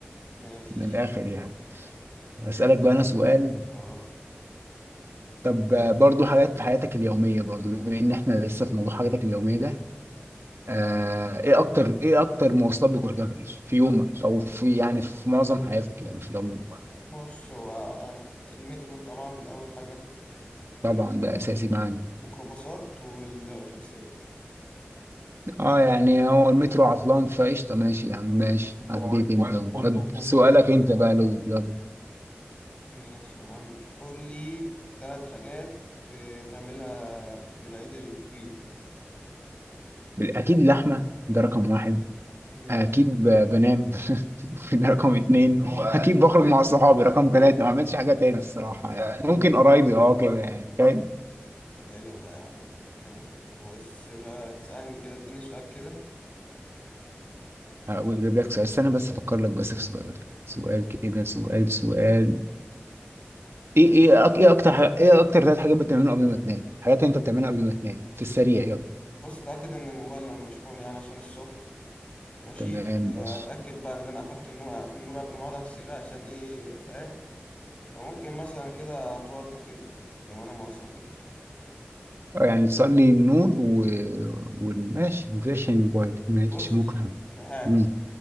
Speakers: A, on the left (about 30°); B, on the right (about 75°).
A: ماشي
B: من الآخر يعني أسألك
A: اسألني
B: بقى أنا سؤال
A: بقى اه
B: طب آه، برضو حاجات في حياتك اليومية برضو بما إن إحنا لسه في موضوع حاجاتك اليومية ده آه، ايه اكتر ايه اكتر مواصلات بتركبها في يومك او في يعني في معظم حياتك يعني في العموم
A: بص هو المترو طبعا ده أول حاجة والميكروباصات
B: طبعا ده اساسي معانا
A: والأتوبيسات
B: اه يعني هو المترو عطلان فقشطه ماشي يا عم ماشي عديت انت أهو. طب سؤالك انت بقى لو يلا.
A: ماشي يا عم قول لي تلات حاجات بتعملها في العيد الكبير
B: اكيد لحمه ده رقم واحد
A: ماشي
B: اكيد ب- بنام <laughs> ده رقم
A: ماشي
B: اتنين اكيد بخرج مع صحابي رقم تلاته ما عملتش حاجه تاني الصراحه يعني ممكن قرايبي اه كده يعني فاهم
A: حلو ده يا عم ماشي بص بقى اسألني كده اديني سؤال كده
B: هقول- اجيب لك سؤال استنى بس افكر لك بس في سؤال سؤال كده سؤال سؤال ايه ايه أك- ايه اكتر حاجة ايه اكتر ثلاث حاجات بتعملهم قبل ما تنام حاجات انت بتعملها قبل ما تنام في السريع يلا
A: بص اتأكد ان الموبايل يبقى مشحون يعني عشان الصبح ماشي
B: تمام ماشي
A: اتأكد بقى ان انا قفلت النور النور قبل ما اقعد على السرير عشان ايه فاهم وممكن مثلا كده اتوضى كده قبل ما انا ما اصلي كده
B: آه، يعني تصلي النور و... والماشي مفيش الموبايل ماشي
A: بص
B: ممكن
A: في حاجة
B: امم